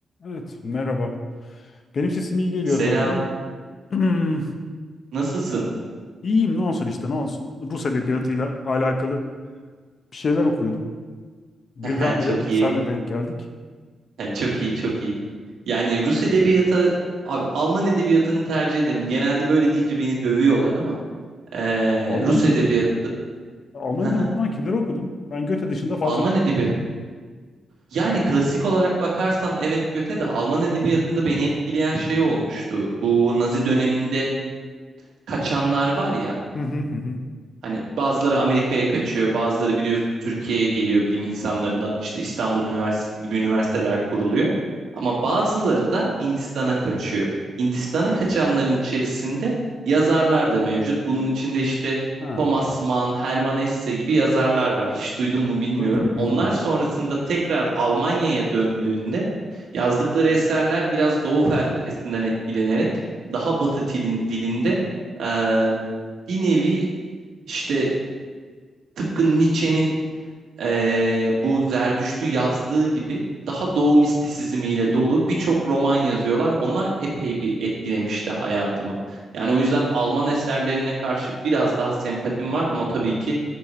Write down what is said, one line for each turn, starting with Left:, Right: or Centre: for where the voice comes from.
Left: Evet, merhaba. Benim sesim iyi geliyor
Right: Selam.
Left: zaten. <clears throat> Hmm,
Right: Nasılsın?
Left: İyiyim, ne olsun işte, ne olsun. Rus edebiyatıyla alakalı bir şeyler okuyordum. Birdenbire
Right: <laughs> Çok iyi.
Left: senle denk geldik.
Right: <laughs> Çok iyi, çok iyi. Yani Rus edebiyatı, abi Alman edebiyatını tercih ederim. Genelde böyle deyince beni dövüyorlar ama eee,
Left: Alman
Right: Rus
Left: edebiyatı,
Right: edebiyatı,
Left: Alman
Right: <laughs>
Left: edebiyatından kimleri okudun? Ben Goethe dışında fazla
Right: Alman
Left: bir şey
Right: edebiyatı.
Left: okumadım.
Right: Yani klasik olarak bakarsan evet göte de Alman edebiyatında beni etkileyen şey olmuştu. Bu Nazi döneminde kaçanlar var ya.
Left: Hı hı hı. hı.
Right: Hani bazıları Amerika'ya kaçıyor, bazıları biliyorsun Türkiye'ye geliyor bilim insanlarından. İşte İstanbul Üniversitesi gibi üniversiteler kuruluyor. Ama bazıları da Hindistan'a kaçıyor. Hindistan'a kaçanların içerisinde yazarlar da mevcut. Bunun içinde işte
Left: Ha,
Right: Thomas Mann, Hermann Hesse gibi yazarlar var. Hiç duydun mu bilmiyorum.
Left: duydum, duydum,
Right: Onlar
Left: duydum.
Right: sonrasında tekrar Almanya'ya döndüğünde yazdıkları eserler biraz Doğu felsefesinden etkilenerek daha Batı dilin, dilinde eee, bir nevi işte tıpkı Nietzsche'nin eee, bu Zerdüşt'ü yazdığı gibi daha doğu mistisizmiyle dolu birçok roman yazıyorlar. Onlar epey bir etkilemişti hayatımı. Yani o yüzden Alman eserlerine karşı biraz daha sempatim var ama tabii ki